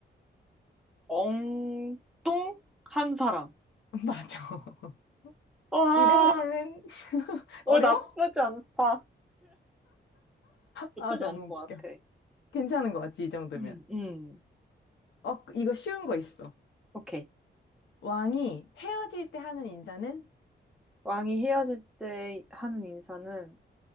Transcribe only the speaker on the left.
<laughs> 맞아. <laughs>
이 정도면은 <laughs>
어려워?
아, 너무
웃겨.
괜찮은 것 같지, 이 정도면.
어, 이거 쉬운 거 있어.
왕이 헤어질 때 하는 인사는?